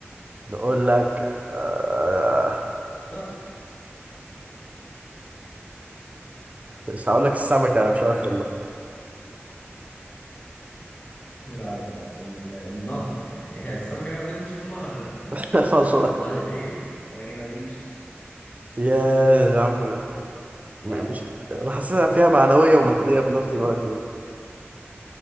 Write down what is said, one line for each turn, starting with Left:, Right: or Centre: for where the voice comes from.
Right: نقول لك آه،
Left: جرب
Right: مش هقول لك السمكة أنا مش
Left: ها
Right: عارف والله
Left: <laughs> لا لا لا ال... النهر يعني <laughs> هي السمكه بقى بتمشي في النهر <laughs>
Right: <laughs> والله
Left: النهر بيجري لكن ما بيمشيش
Right: يا عم م-
Left: طيب
Right: مش أنا حاسسها فيها معنوية
Left: <laughs>
Right: ومادية في نفس الوقت